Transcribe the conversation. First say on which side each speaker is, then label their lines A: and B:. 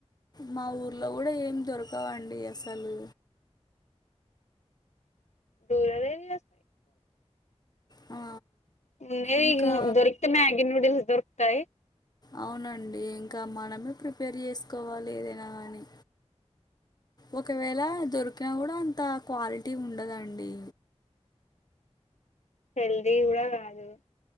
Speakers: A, on the left (about 35°); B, on the left (about 80°).
A: మా ఊర్లో గూడా ఏమి దొరకవ అండి అసలు
B: దూ అదేంచేస్
A: ఆ
B: ఉన్నయే
A: ఇంకా
B: దొరికితే మ్యాగి న్యూడిల్స్ దొరుకుతయి.
A: అవునండి ఇంకా మనమే ప్రిపేర్ చేసుకోవాలి ఏదైనా కాని. ఒకవేళ దొరికినా కూడా అంత క్వాలిటీ ఉండదండి.
B: హెల్దీ కూడా కాదు.